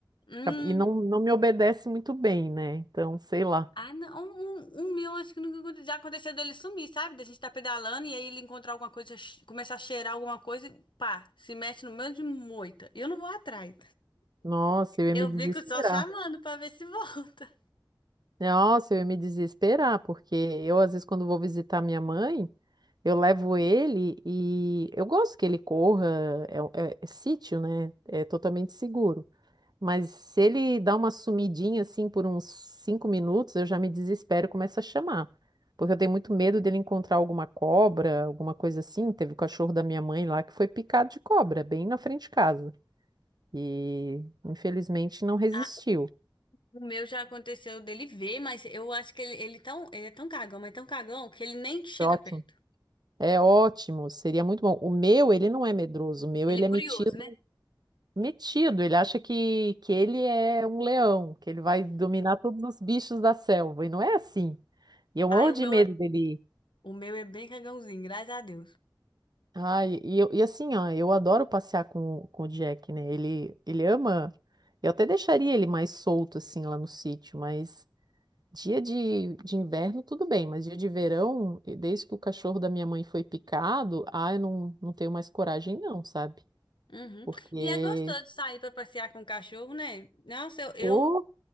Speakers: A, on the left (about 75°); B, on the right (about 60°).
A: Hum.
B: Acab- E não, não me obedece muito bem, né? Então, sei lá.
A: Ah, não, o, o meu acho que nunca aconte- já aconteceu dele sumir, sabe? Da gente tá pedalando e aí ele encontrar alguma coisa, che- começar a cheirar alguma coisa e pá, se mete no meio de moita. Eu não vou atrás.
B: Nossa, eu ia
A: Eu
B: me desesperar.
A: fico só chamando pra ver se volta.
B: Nossa, eu ia me desesperar, porque eu, às vezes, quando vou visitar minha mãe, eu levo ele e eu gosto que ele corra, é, um- é- é sítio, né? É totalmente seguro. Mas se ele dá uma sumidinha assim por uns cinco minutos, eu já me desespero e começo a chamar. Porque eu tenho muito medo dele encontrar alguma cobra, alguma coisa assim. Teve o cachorro da minha mãe lá que foi picado de cobra, bem na frente de casa. E infelizmente não resistiu.
A: Ah, o meu já aconteceu dele ver, mas eu acho que ele, ele, tão, ele é tão cagão, mas tão cagão que ele nem chega
B: Que Ótimo.
A: perto.
B: É ótimo, seria muito bom. O meu, ele não é medroso, o meu,
A: Ele
B: ele
A: é
B: é
A: curioso,
B: metido,
A: né?
B: metido, ele acha que, que ele é um leão, que ele vai dominar todos os bichos da selva, e não é assim. E eu
A: Ai,
B: morro
A: o
B: de
A: meu
B: medo
A: é,
B: dele.
A: o meu é bem cagãozinho, graças a Deus.
B: Ai, e, eu- e assim, ó, eu adoro passear com, com o Jack, né? Ele, ele ama. Eu até deixaria ele mais solto, assim, lá no sítio, mas Dia de, de inverno, tudo bem, mas dia de verão, e desde que o cachorro da minha mãe foi picado, ah, eu não, não tenho mais coragem, não, sabe?
A: Uhum.
B: Porque,
A: E é gostoso de sair pra passear com o cachorro, né? Nossa, eu, eu
B: oh,